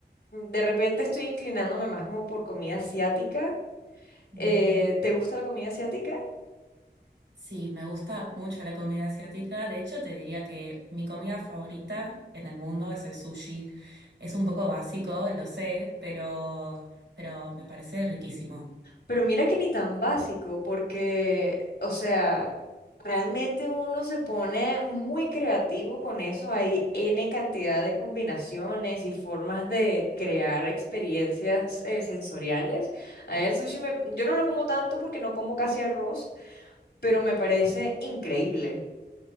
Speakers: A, on the left; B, on the right.
A: de repente estoy inclinándome más como por comida asiática.
B: Mm,
A: Eh, ¿te gusta la comida asiática?
B: Sí, me gusta mucho la comida asiática, de hecho te diría que mi comida favorita en el mundo es el sushi. Es un poco básico, lo sé, pero, pero me parece riquísimo.
A: Pero mira que ni tan básico, porque, o sea, realmente uno se pone muy creativo con eso. Hay N cantidad de combinaciones y formas de crear experiencias eh, sensoriales. A mí el sushi me, yo no lo como tanto porque no como casi arroz, pero me parece increíble.